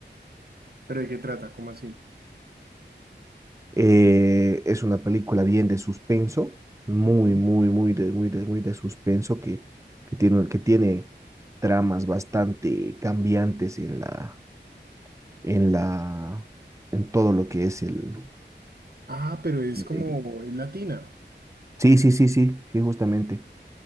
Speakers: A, on the right (about 55°); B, on the right (about 15°).
A: ¿Pero de qué trata? ¿Cómo así?
B: Eh, es una película bien de suspenso, muy,
A: Ujú.
B: muy, muy de, muy de, muy de suspenso que, que tiene, que tiene tramas bastante cambiantes en la, en la, en todo lo que es el,
A: Ah, pero es
B: el-
A: como,
B: el-
A: es latina.
B: Sí, sí, sí, sí, sí, justamente.